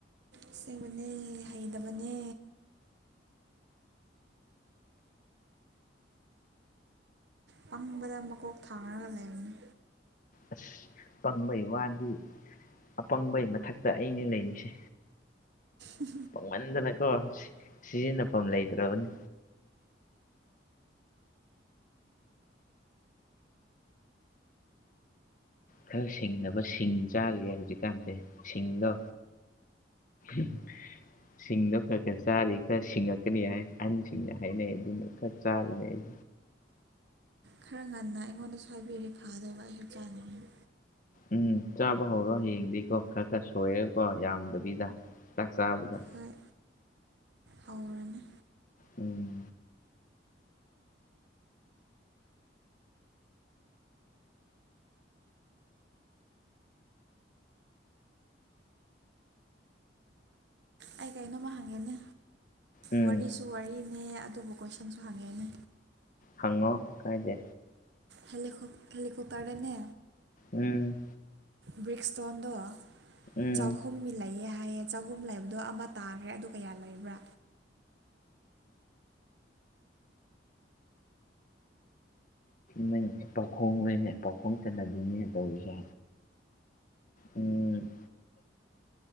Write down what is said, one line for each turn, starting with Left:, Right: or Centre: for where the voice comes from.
Right: ꯏꯁꯦꯡꯕꯅꯦ ꯍꯩꯗꯕꯅꯦ ꯄꯪꯕꯗ ꯃꯀꯣꯛ ꯊꯥꯡꯔꯒ ꯂꯩꯕꯅꯤ
Left: ꯑꯁ ꯄꯪꯕꯩ ꯋꯥꯗꯤ ꯑꯄꯪꯕꯩ ꯃꯊꯛꯇ ꯑꯩꯅꯦ ꯂꯩꯔꯤꯁꯦ
Right: ꯎ
Left: ꯄꯣꯡꯃꯟꯗꯅꯀꯣ ꯁꯤ ꯁꯤꯖꯤꯟꯅꯐꯝ ꯂꯩꯇ꯭ꯔꯕꯅꯤ ꯈꯔ ꯁꯤꯡꯅꯕ ꯁꯤꯡ ꯆꯥꯔꯤꯌꯦ ꯍꯧꯖꯤꯛꯀꯥꯟꯁꯦ ꯁꯤꯡꯗꯣ ꯎꯝ ꯁꯤꯡꯗꯣ ꯈꯔ ꯈꯔ ꯆꯥꯔꯤ ꯈꯔ ꯁꯤꯡꯉꯛꯀꯅꯤ ꯍꯥꯏ ꯑꯍꯟꯁꯤꯡꯅ ꯍꯥꯏꯅꯩ ꯑꯗꯨꯝꯕ ꯈꯔ ꯆꯥꯔꯤꯅꯦ ꯑꯩ
Right: ꯈꯔ ꯉꯟꯅ ꯑꯩꯉꯣꯟꯗꯁꯨ ꯍꯥꯏꯕꯤꯔꯤ ꯐꯗꯧꯕ ꯑꯩꯁꯨ ꯆꯥꯅꯤꯡꯉꯥꯏ
Left: ꯎꯝ ꯆꯥꯕ ꯍꯧꯔꯣ ꯌꯦꯡꯗꯤꯀꯣ ꯈꯔ ꯈꯔ ꯁꯣꯏꯔꯦꯀꯣ ꯌꯥꯝꯗꯕꯤꯗ ꯆꯥꯛ ꯆꯥꯕꯗ
Right: ꯍꯣꯏ ꯍꯧꯔꯅꯤ
Left: ꯎꯝ
Right: ꯑꯩ ꯀꯩꯅꯣꯝꯃ ꯍꯪꯉꯦꯅꯦ
Left: ꯎꯝ
Right: ꯋꯥꯔꯤꯁꯨ ꯋꯥꯔꯤꯅꯦ ꯑꯗꯨꯕꯨ ꯀꯣꯏꯁꯟ ꯁꯟꯁꯨ ꯍꯥꯡꯒꯦꯅꯦ
Left: ꯍꯪꯉꯣ ꯀꯥꯏꯗꯦ
Right: ꯍꯦꯜꯂꯤꯀꯣꯛ ꯍꯦꯜꯂꯤꯀꫭꯛꯇꯔꯗꯅꯦ
Left: ꯎꯝ
Right: ꯕ꯭ꯔꯤꯛ ꯁ꯭ꯇꯣꯟꯗꫭ
Left: ꯎꯝ
Right: ꯆꯥꯍꯨꯝꯒꯤ ꯂꯩꯑꯦꯌꯦ ꯍꯥꯏꯌꯦ ꯆꯍꯨꯝ ꯂꯩꯕꯗꯣ ꯑꯃ ꯇꯥꯈ꯭ꯔꯦ ꯑꯗꯨ ꯀꯌꯥ ꯂꯩꯕ꯭ꯔꯥ
Left: ꯅꯪꯒꯤꯁꯦ ꯄꯥꯎꯈꯣꯡ ꯅꯤꯅꯦ ꯄꯥꯎꯈꯣꯡ ꯆꯟꯅꯕꯤꯅꯤꯅꯦ ꯇꯧꯔꯤꯁꯦ ꯎꯝ